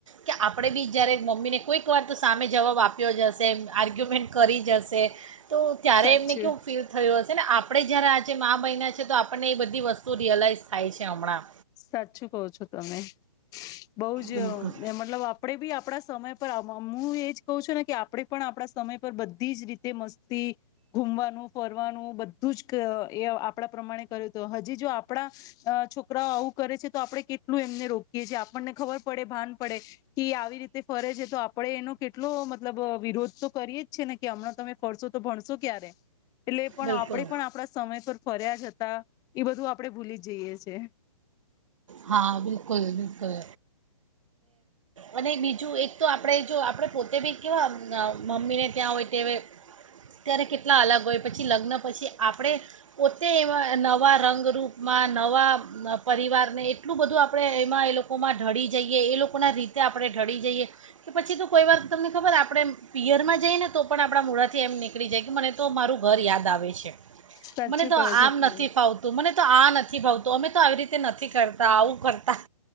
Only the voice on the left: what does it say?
સાચું
સાચું કો છો તમે. બઉ જ
ને મતલબ આપણે બી આપણા સમય પર મુ એજ કહું છું ને કે આપણે પણ આપણા સમય પર બધી જ રીતે મસ્તી ઘુમવાનું ફરવાનું બધું જ એ આપણા પ્રમાણે કર્યું હતું હજી જો આપણા અ છોકરાઓ આવું કરે છે તો આપડણે કેટલું એમને રોકીએ છીએ આપણને ખબર પડે ભાન પડે કે આવી રીતે ફરે છે તો આપડે એનો કેટલો મતલબ વિરોધ તો કરીએે જ છે ને કે હમણાં તમે ફરશો તો ભણશો ક્યારે એટલે પણ
આપણેે પણ આપણા સમય પર ફર્યા જ હતા એ બધું આપડે ભૂલી જઈએ છે
સાચું
કહો છો
તમે